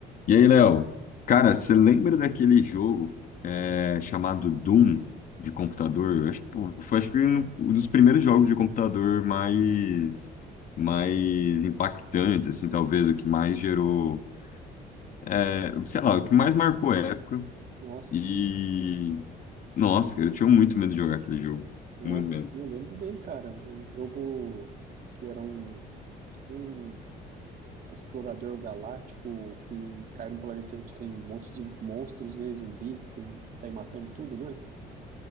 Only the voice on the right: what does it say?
Nossa,
sim.
Nossa,
sim, eu lembro bem, cara. Um jogo que era um, tipo um, um explorador galáctico que cai num planeta onde tem um monte de monstros, né? Zumbi, tem que sair matando tudo, não é?